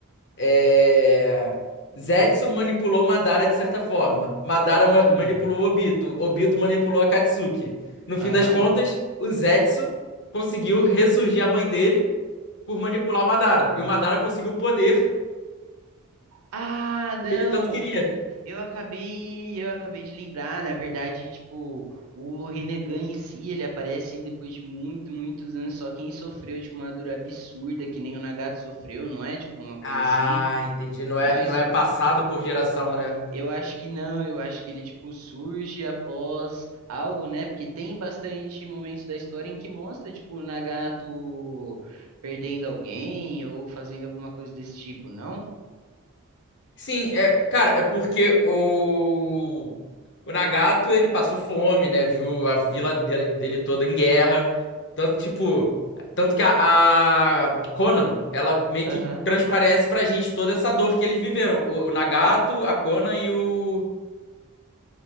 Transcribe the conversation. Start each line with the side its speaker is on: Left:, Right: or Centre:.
Left: É, Zetsu manipulou Madara de certa forma. Madara ma-
Right: sim.
Left: manipulou Obito. Obito manipulou a Katsuki. No fim
Right: Aham.
Left: das contas, o Zetsu conseguiu ressurgir a mãe dele por manipular o Madara. E o Madara conseguiu o poder
Right: Ah, não!
Left: que ele tanto queria.
Right: Eu acabei, eu acabei de lembrar, na verdade, tipo, o Rinnegan em si, ele aparece depois de muito, muitos anos, só quem sofreu, tipo, uma dor absurda, que nem o Nagato sofreu, não é? Tipo, uma coisa
Left: Ah,
Right: assim.
Left: entendi. Não é,
Right: Não, es-
Left: não é passado por geração, né?
Right: eu acho que não, eu acho que ele tipo surge após algo, né? Porque tem bastante momentos da história em que mostra tipo o Nagato perdendo alguém ou fazendo alguma coisa desse tipo, não?
Left: Sim, é, cara, é porque o, o Nagato, ele passou fome, né? Viu a vila dele, dele toda em guerra. Tanto, tipo, tanto que a, a Conan, ela meio
Right: Aham.
Left: que transparece pra gente toda essa dor que eles viveram. O, o Nagato, a Conan e o